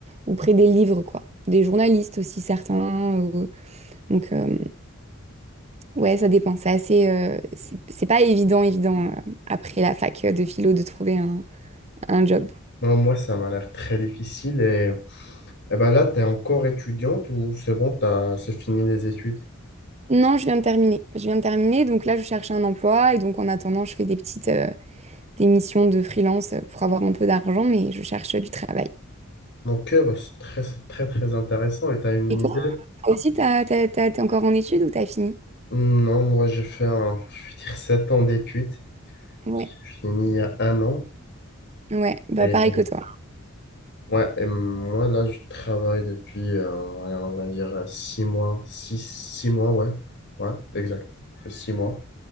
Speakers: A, on the right (about 30°); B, on the left (about 55°).
A: ou près des livres, quoi. Des journalistes aussi, certains. ou- Donc, euh, ouais, ça dépend. C'est assez, euh, c'est c'est pas évident, évident, euh, après la fac euh, de philo, de trouver un, un job.
B: Non, moi, ça m'a l'air très difficile et. Eh ben là, tu es encore étudiante ou c'est bon, t'as, c'est fini les études?
A: Non, je viens de terminer. Je viens de terminer. Donc là, je cherche un emploi et donc en attendant, je fais des petites... euh, des missions de freelance pour avoir un peu d'argent, mais je cherche du travail.
B: Donc, euh, bah, c'est très, c'est très, très intéressant. Et tu as une
A: Et toi,
B: idée?
A: toi aussi, t'as, t'as- t'as- t'es encore en études ou t'as fini?
B: Non, moi, j'ai fait un, je vais dire, 7 ans d'études.
A: Ouais,
B: J'ai fini il y a un an.
A: ouais, bah
B: Et,
A: pareil que toi.
B: ouais, et moi, là, je travaille depuis, euh, ouais, on va dire, euh, six mois. Six, six mois, ouais. Ouais, exact. Six mois.